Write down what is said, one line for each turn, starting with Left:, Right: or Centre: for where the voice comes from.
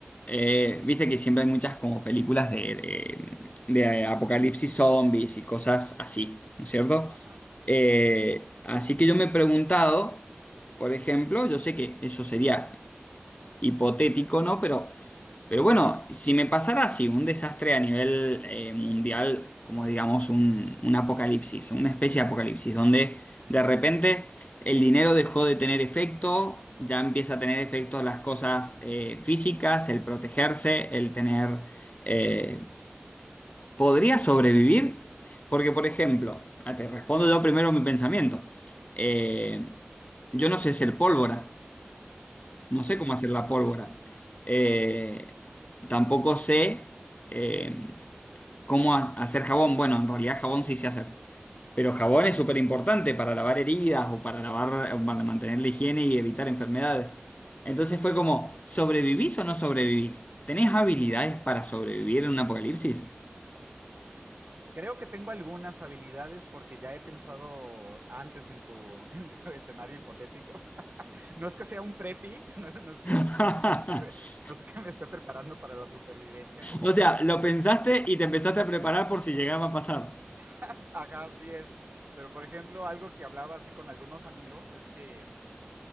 Left: eh, viste que siempre hay muchas como películas de, de, de apocalipsis zombies y cosas así, ¿no es cierto?
Right: Ajá,
Left: Eh, así que yo me he preguntado, por ejemplo, yo sé que eso sería hipotético, ¿no? Pero pero bueno, si me pasara así, un desastre a nivel eh, mundial, como digamos un, un apocalipsis, una especie de apocalipsis, donde de repente el dinero dejó de tener efecto, ya empieza a tener efecto las cosas eh, físicas, el protegerse, el tener... eh, ¿podría sobrevivir? Porque, por ejemplo, ah, te respondo yo primero mi pensamiento. Eh, yo no sé ser pólvora. No sé
Right: ajá.
Left: cómo hacer la pólvora. Eh, tampoco sé eh, cómo ha- hacer jabón. Bueno, en realidad jabón sí sé hacer. Pero jabón es súper importante para lavar heridas o para lavar, o para mantener la higiene y evitar enfermedades. Entonces fue como, ¿sobrevivís o no sobrevivís? ¿Tenés habilidades para sobrevivir en un apocalipsis?
Right: Creo que tengo algunas habilidades porque ya he pensado antes en tu, <laughs> en tu escenario hipotético. No es que sea un preppy, <laughs> no, es no es que,
Left: <laughs>
Right: no, no es que se- no es que me esté preparando para la supervivencia como
Left: O
Right: tal.
Left: sea, lo pensaste y te empezaste a preparar por si llegaba a pasar.
Right: <laughs> Ajá, así es. Pero por ejemplo, algo que hablaba así con algunos amigos es que